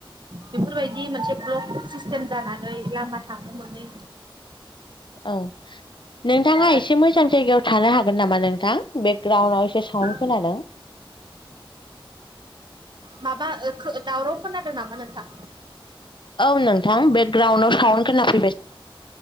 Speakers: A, on the right; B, on the left.
A: बेफोरबायदि मोनसे ब्लक सिस्टेम जानानै लामा थांनो मोनै
B: औ नोंथाङा
A: जानानै
B: एसे मोजां जायगायाव थानो हागोन नामा नोंथां बेकग्राउन्डआव
A: आं
B: एसे साउन्ड खोनादों
A: <inaudible> माबा दावराव खोनादों नामा नोंथां
B: औ नोंथां बेगराउन्डआव साउन्ड खोनाफैदों